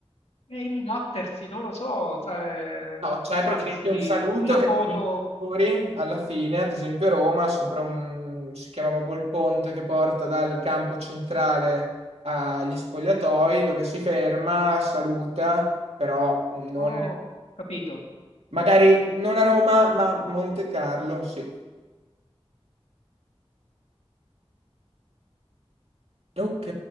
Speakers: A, on the left; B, on the right.
A: E imbattersi, non lo so, fa-
B: no, c'è
A: farsi
B: praticamente un saluto
A: un- una
B: che
A: foto...
B: danno i giocatori alla fine, ad esempio Roma, sopra un, si chiama proprio il ponte che porta dal campo centrale agli spogliatoi, dove si ferma, saluta, però non,
A: Oh, capito?
B: magari non a Roma, ma Monte Carlo, sì. Ok.